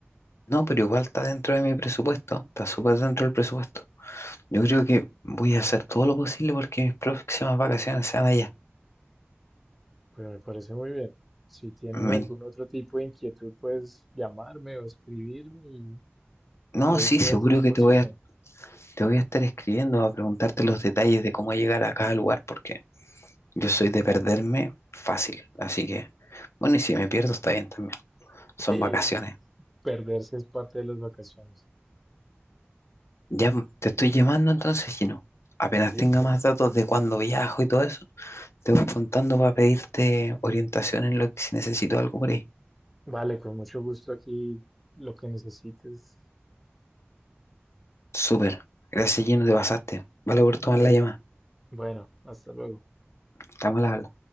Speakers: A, on the left; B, in the centre.
A: No, pero igual está dentro de mi presupuesto, está súper dentro del presupuesto. Yo creo que voy a hacer todo lo posible porque mis próximas vacaciones sean allá.
B: Pues me parece muy bien. Si tienes
A: Me
B: algún
A: in-
B: otro tipo de inquietud, puedes llamarme o escribirme y,
A: no,
B: y ahí
A: sí,
B: estoy
A: seguro
B: a tu disposición.
A: que te voy a, te voy a estar escribiendo a preguntarte los detalles de cómo llegar a cada lugar porque yo soy de perderme fácil. Así que, bueno, y si me pierdo está bien también. Son
B: Sí, es-
A: vacaciones.
B: perderse es parte de las vacaciones.
A: Ya te estoy llamando entonces, Gino. Apenas
B: Listo.
A: tenga más datos de cuándo viajo y todo eso, te voy contando para pedirte orientación en lo que si necesito algo por ahí.
B: Vale, con mucho gusto aquí lo que necesites.
A: Súper. Gracias, lleno de pasaste. Vale por tomar
B: Vale.
A: la llamada.
B: Bueno, hasta luego.
A: Estamos a la habla.